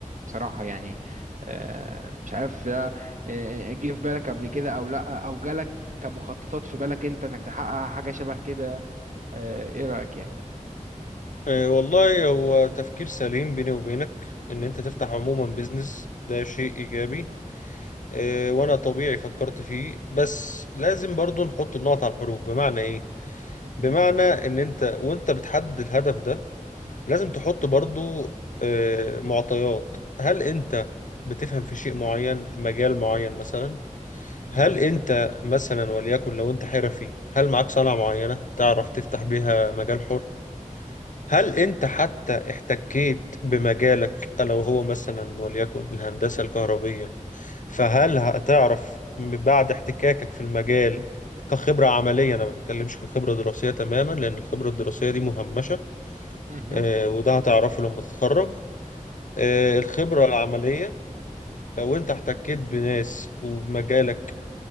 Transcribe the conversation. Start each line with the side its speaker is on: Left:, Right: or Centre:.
Right: بصراحه يعني آه، مش عارف ده آه، جه في بالك قبل كده او لا او جالك كمخططات في بالك انت انك تحقق حاجه شبه كده آه، ايه رايك يعني
Left: أه والله هو تفكير سليم بيني وبينك ان انت تفتح عموما بيزنس ده شيء ايجابي أه وانا طبيعي فكرت فيه بس لازم برضو نحط النقط على الحروف بمعنى ايه
Right: <laughs>
Left: بمعنى ان انت وانت بتحدد الهدف ده لازم تحط برضو آه، معطيات هل انت بتفهم في شيء معين مجال معين مثلا
Right: مهم.
Left: هل انت مثلا وليكن لو انت حرفي هل معاك صنعة معينة تعرف تفتح بيها مجال حر هل انت حتى احتكيت بمجالك لو هو مثلا وليكن الهندسة الكهربية فهل هتعرف بعد احتكاكك في المجال كخبرة عملية أنا ما بتكلمش كخبرة دراسية تماما لأن الخبرة الدراسية دي مهمشة
Right: مهم.
Left: آه، وده هتعرفه لما تتخرج آه،
Right: مهم.
Left: الخبرة العملية لو انت احتكيت بناس وبمجالك